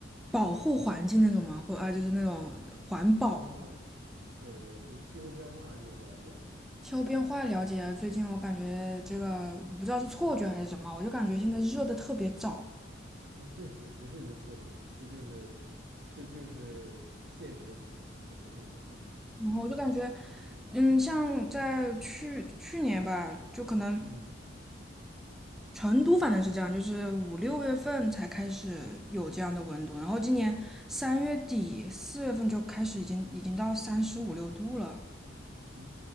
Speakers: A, in the centre; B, on the right (about 60°).
A: 保护环境那种吗？或啊，就是那种环保。
B: 相关，对对，这气候变化你有了解吗？
A: 气候变化了解啊，最近我感觉这个我不知道是错觉还是什么，我就感觉现在热的特别早，
B: 啊，对，这不是你的错觉，这就是，这就是现实的情况，这不是你的错觉。
A: 然后我就感觉，嗯，像在去去年吧，就可能
B: 嗯
A: 成都反正是这样，就是五六月份才开始有这样的温度，然后今年三月底四月份就开始已经已经到三十五六度了。
B: 嗯